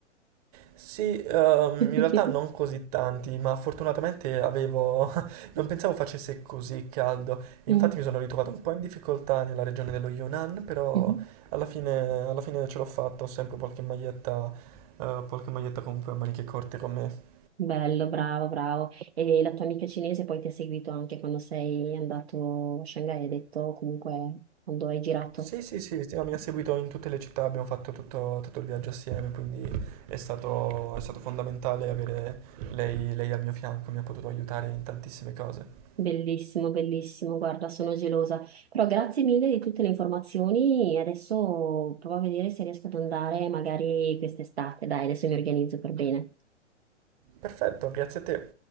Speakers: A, on the right; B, on the right.
A: Sì, ehm,
B: <laughs>
A: in realtà non così tanti, ma fortunatamente avevo... <laughs> non pensavo facesse così caldo. Infatti
B: Mm.
A: mi sono ritrovato un po' in difficoltà nella regione dello Yunnan, però
B: Mhm.
A: alla fine, alla fine ce l'ho fatta, ho sempre qualche maglietta, eh, qualche maglietta comunque a maniche corte con me.
B: Bello, bravo, bravo. E la tua amica cinese poi ti ha seguito anche quando sei andato a Shanghai, hai detto comunque quando hai girato?
A: Sì, sì, sì, sì, no, mi ha seguito in tutte le città, abbiamo fatto tutto, tutto il viaggio assieme, quindi è stato, è stato fondamentale avere lei lei al mio fianco, mi ha potuto aiutare in tantissime cose.
B: Bellissimo, bellissimo, guarda, sono gelosa. Però grazie mille di tutte le informazioni. Adesso provo a vedere se riesco ad andare magari quest'estate. Dai, adesso mi organizzo per bene.
A: Perfetto, grazie a te.